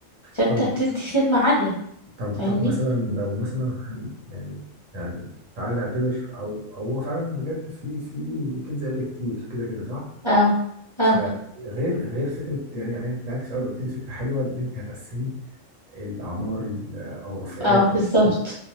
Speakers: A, on the left (about 30°); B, on the right (about 75°).
A: فأنت
B: طب
A: بتدي خدمة عالية
B: طب
A: فاهمني؟
B: طب مثلا لو مثلا هن يعني يعني تعالي نعتبر او او هو فعلا بجد في في كيدز اريا كتير كده كده صح؟
A: اه اه
B: فغير غير فكره يعني انت قعدت في الاول قلت لي فكره حلوه ان انت هتقسمي الاعمار ال- او الفئات
A: اه بالظبط